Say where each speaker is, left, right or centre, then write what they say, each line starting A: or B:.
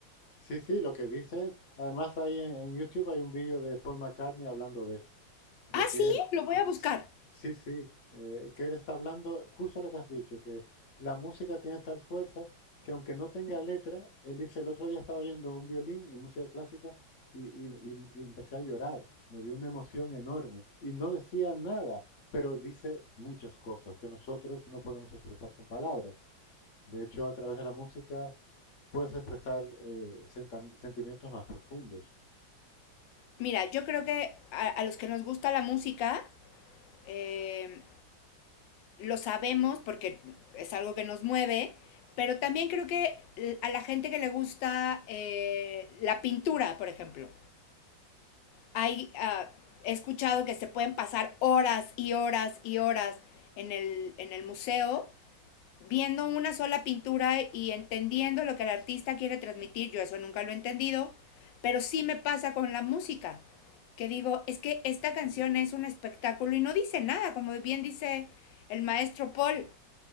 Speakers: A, on the left; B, on the left.
A: Sí, sí, lo que dices, además hay en, en YouTube hay un vídeo de Paul McCartney hablando de eso. de
B: Ah,
A: que
B: sí,
A: es,
B: lo voy a buscar.
A: sí, sí, eh, que él está hablando justo lo que has dicho, que la música tiene tal fuerza que aunque no tenga letra, él dice, el otro día estaba oyendo un violín en música clásica y, y- y- y empecé a llorar, me dio una emoción enorme y no decía nada, pero dice muchas cosas que nosotros no podemos expresar con palabras. De hecho, a través de la música puedes expresar eh, sentam- sentimientos más profundos.
B: Mira, yo creo que a, a los que nos gusta la música, eh, lo sabemos porque es algo que nos mueve, pero también creo que a la gente que le gusta eh, la pintura, por ejemplo, hay, ah, he escuchado que se pueden pasar horas y horas y horas en el, en el museo viendo una sola pintura y entendiendo lo que el artista quiere transmitir, yo eso nunca lo he entendido, pero sí me pasa con la música, que digo, es que esta canción es un espectáculo y no dice nada, como bien dice el maestro Paul,